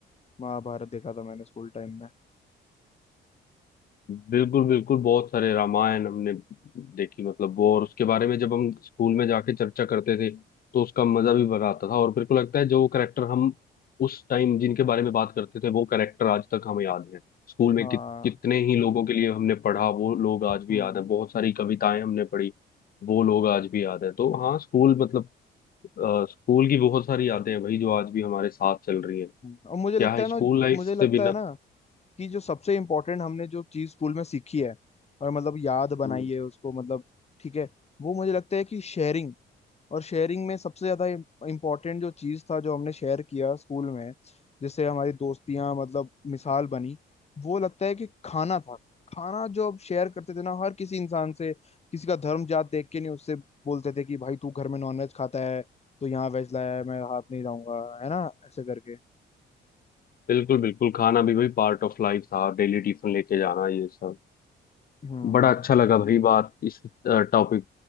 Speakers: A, on the left; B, on the left.
A: महाभारत देखा था मैंने स्कूल टाइम में
B: बिल्कुल बिल्कुल बहुत सारे रामायण हमने देखी मतलब वो और उसके बारे में जब हम स्कूल में जाके चर्चा करते थे तो उसका मजा भी बड़ा आता था और मेरे को लगता है जो करेक्टर हम उस टाइम जिनके बारे में बात करते थे वो करेक्टर आज तक हमें याद है स्कूल में
A: हाँ
B: कि, कितने ही लोगों के लिए हमने पढ़ा वो लोग आज भी
A: हम्म
B: याद है बहुत सारी कविताएं हमने पढ़ी वो लोग आज भी याद है तो हाँ स्कूल मतलब अ, स्कूल की बहुत सारी यादें हैं भाई जो आज भी हमारे साथ चल रही हैं
A: हम्म। और मुझे
B: क्या
A: लगता
B: है
A: है
B: स्कूल
A: ना
B: लाइफ
A: मुझे
B: से
A: लगता
B: बिना
A: है ना कि जो सबसे इम्पोर्टेंट हमने जो चीज स्कूल में सीखी है और मतलब याद बनाई
B: हम्म।
A: है उसको मतलब ठीक है वो मुझे लगता है कि शेयरिंग और शेयरिंग में सबसे ज्यादा इम्पोर्टेंट जो चीज था जो हमने शेयर किया स्कूल में जिससे हमारी दोस्तियां मतलब मिसाल बनी वो लगता है कि खाना था खाना जो अब शेयर करते थे ना हर किसी इंसान से किसी का धर्म जात देख के नहीं उससे बोलते थे कि भाई तू घर में नॉनवेज खाता है तो यहाँ वेज लाया है मैं हाथ नहीं जाऊंगा है ना ऐसे करके
B: बिल्कुल बिल्कुल खाना भी भाई पार्ट ऑफ लाइफ था डेली टिफिन लेके जाना ये सब
A: हम्म
B: बड़ा अच्छा लगा भाई बात इस टॉपिक